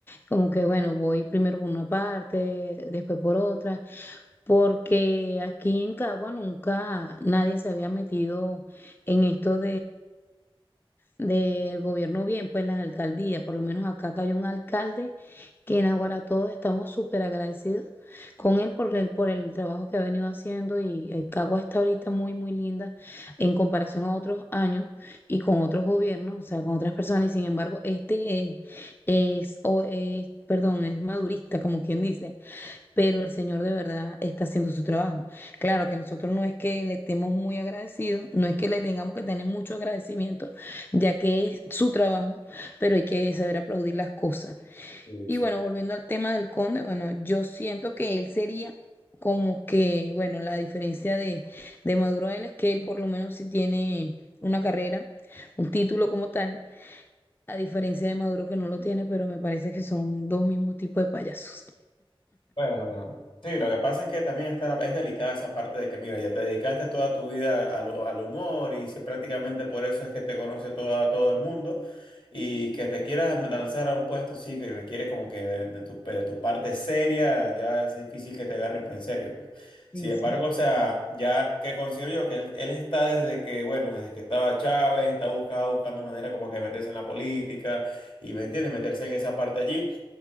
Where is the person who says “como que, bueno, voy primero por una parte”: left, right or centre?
Left